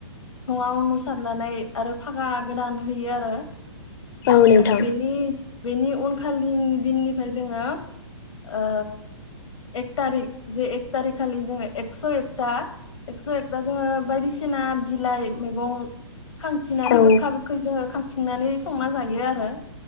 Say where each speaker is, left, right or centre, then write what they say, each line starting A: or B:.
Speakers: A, on the left; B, on the left.
A: थङा अनुसारनानै आरो फागा गोदान होयो आरो
B: औ नोंथां
A: आरो बेनि बेनि उनखालिनि दिननिफाय जोङो ओ एक थारिक जे एक थारिख खालि जोङो एक स' एकथा एकस' एकथा जोङो बायदिसिना बिलाइ मैगं खांथिंनानै
B: औ
A: गोख्खा गोख्खै जोङो खांथिं थांनानै संना जायो आरो।